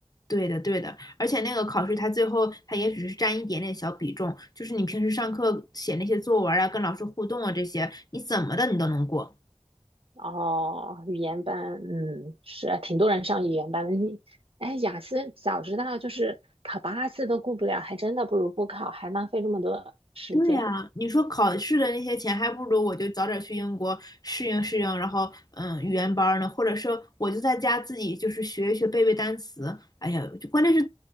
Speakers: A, on the left; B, on the right.
A: 对的，对的，而且那个考试它最后它也只是占一点点小比重，就是你平时上课写那些作文啊，跟老师互动啊这些，你怎么的你都能过。
B: 哦，语言班，嗯，是挺多人上语言班的。你，哎，雅思早知道就是考八次都过不了，还真的不如不考，还浪费这么多时间。
A: 对呀，你说考试的那些钱，还不如我就早点去英国适应适应，然后嗯，语言班儿呢，或者是我就在家自己就是学一学背背单词。哎呀，就关键是